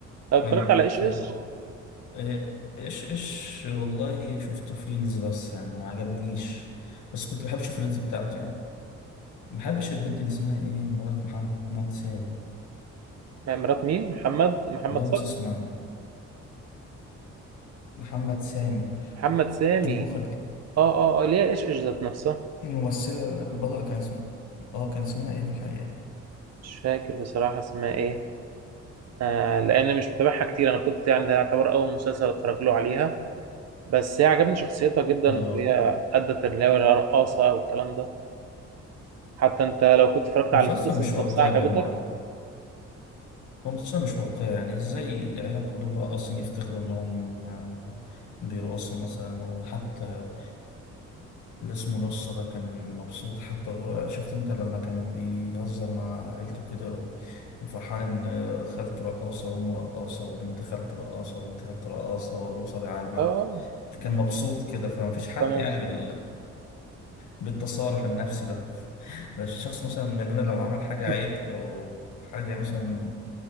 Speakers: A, on the right; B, on the left.
A: طب
B: كنت
A: اتفرجت على ايش ايش
B: آه، ايش ايش والله شفته في ريلز بس يعني ما عجبنيش بس كنت بحب اشوف الريلز بتاعته يعني ما بحبش البنت دي اسمها ايه مرات محمد سامي
A: مع مرات مين محمد محمد
B: والله
A: صبحي
B: ناسي اسمها محمد سامي
A: محمد سامي
B: المخرج
A: اه اه اه ليه ايش ايش ذات نفسها
B: الممثلة البطلة كان اسمها اه كان اسمها ايه في الحقيقة
A: مش فاكر بصراحة اسمها ايه آه لان مش متابعها كتير انا كنت يعني ده يعتبر اول مسلسل اتفرج له عليها بس هي عجبني شخصيتها جدا
B: اه
A: وهي ادت اللي هي الرقاصة او الكلام ده حتى انت لو كنت اتفرجت
B: مسلسل
A: على القصص
B: مش واقعي
A: نفسها عجبتك
B: بالمرة هو مسلسل مش واقعي يعني ازاي عيلة كلهم راقصين يفتخروا انهم آه، بيرقصوا مثلا وحتى اللي اسمه نصة ده كان مبسوط حتى هو شفت انت لما كان بيهزر مع عيلته كده و- وفرحان ان خالته رقاصة وامه رقاصة وبنت خالته رقاصة وبنت خالته رقاصة وابوه صبي علمة
A: اه آه،
B: كان مبسوط كده فمفيش حد
A: تمام
B: يعني بال... بالتصالح النفسي ده ده الشخص مثلا مننا لو عمل حاجة
A: <laughs>
B: عيب أو حاجة مثلا